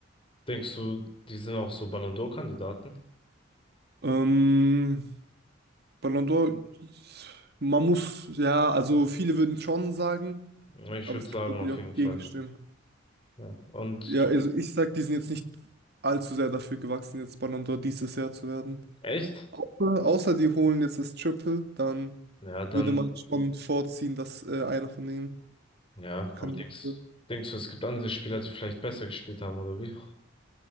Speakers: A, on the left; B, on the right.
A: denkst du, die sind auch so Ballon d'Or-Kandidaten?
B: Ähm, Ballon d'Or, man muss, ja, also viele würden schon sagen,
A: Ja, Ich
B: aber
A: würde
B: es
A: sagen,
B: gibt natürlich
A: auf
B: auch
A: jeden
B: Gegenstimmen.
A: Fall. Ja. Und
B: Ja,
A: du,
B: also ich sag, die sind jetzt nicht allzu sehr dafür gewachsen, jetzt Ballon d'Or dieses Jahr zu werden.
A: echt?
B: Gruppe, außer die holen jetzt das Triple, dann
A: Ja, dann,
B: würde man schon vorziehen, dass äh, einer von denen
A: ja,
B: Kandidat
A: aber denkst,
B: wird.
A: denkst du, es gibt andere Spieler, die vielleicht besser gespielt haben, oder wie?